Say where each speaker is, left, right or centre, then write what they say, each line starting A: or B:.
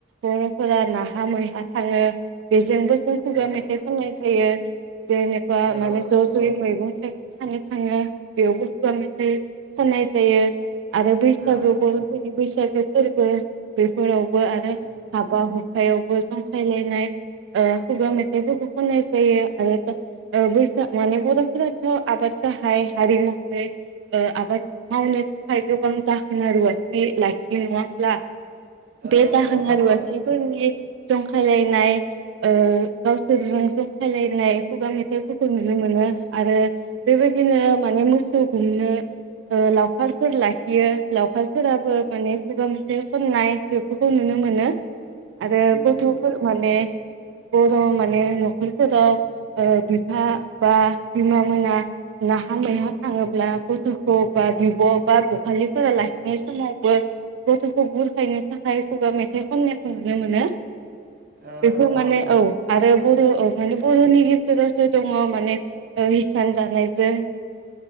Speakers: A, on the right; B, on the right.
A: बरफोरा नाहा मैहा थाङो बे जोंबो जों खुगा
B: औ
A: मेथाइ खननाय जायो। जेनेका
B: औ
A: माने ज जयै मैगं मैगं खानो थाङो बेयावबो खुगा मेथाइ खननाय जायो। आरो बैसागु
B: औ
A: बरफोरनि बैसागु <inaudible> फोरावबो आरो
B: औ
A: हाबा हु हुखायावबो जंखायलायनाय ओ खुगा मेथाइफोरखौ खननाय जायो आरो ओ बैसाग माने बर फोराथ आबाद गाहाय हारि महरै ओ आबाद मावनो थाखाय गोबां दाहोना रुवाथि लाखियो नङा होमब्ला?
B: औ
A: बेे दाहोना
B: औ नंगौ
A: रुवाथिफोरनि जंखायलायनाय ओ गावसोरजों जंखायलायनाय खुगा मेथाइफोरखौ नुनो मोनो। आरो बेबायदिनो माने मोसौ गुमनो ओ लावखारफोर लाखियो लावखारफोराबो माने खुगा मेथाइ खननाय बेफोरखौ नुनो मोनो। आरो
B: उम
A: गथफोर माने बर' माने नखरफोराव ओ बिफा बा बिमा मोना नाहा मैहा थाङोब्ला गथखौ बा बिब, बा बखाालिफोरा लाखिनाय समावबो गथखौ बुरखायनो थाखाय खुगा मेथाइ खननायखौ नुनो मोनो।
B: औ
A: बेखौ माने औ । आरो बर' माने बर'नि गेजेरावसो दङ माने ओ हिसान दानायजों